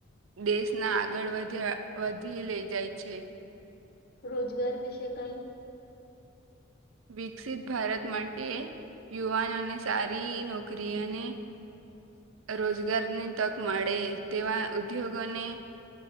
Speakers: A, on the right; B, on the left.
A: દેશના આગળ વધ્યા વધી લઈ જાય છે
B: રોજગાર વિશેય કઈ
A: વિકસિત ભારત માટે યુવાનોને સારી નોકરી અને રોજગારની તક મળે તેવા ઉદ્યોગોને